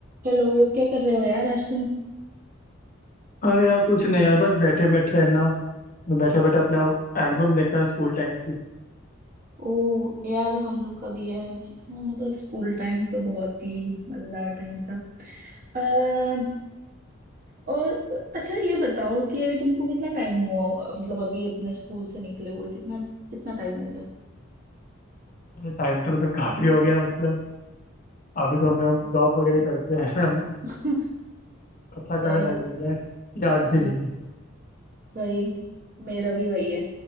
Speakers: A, on the right; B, on the left.
A: Hello क्या कर रहे हो यार आज तुम
B: अरे यार कुछ नहीं यार बस बैठे बैठे है ना बैठे बैठे अपना एल्बम देख रहा स्कूल टाइम की
A: ओ यार हम लोग का भी है हाँ, मतलब स्कूल टाइम तो बहुत ही मजेदार टाइम था अः और अच्छा ये बताओ कि अभी तुमको कितना टाइम हुआ मतलब अभी अपने स्कूल से निकले हुए कितना कितना टाइम हो गया
B: टाइम तो मतलब काफी हो गया मतलब अभी तो हम लोग जॉब वगैरह करते हैं हम
A: <laughs>
B: अच्छा खासा
A: भाई
B: टाइम हो गया है याद
A: हाँ
B: भी नहीं है
A: भाई मेरा भी वही है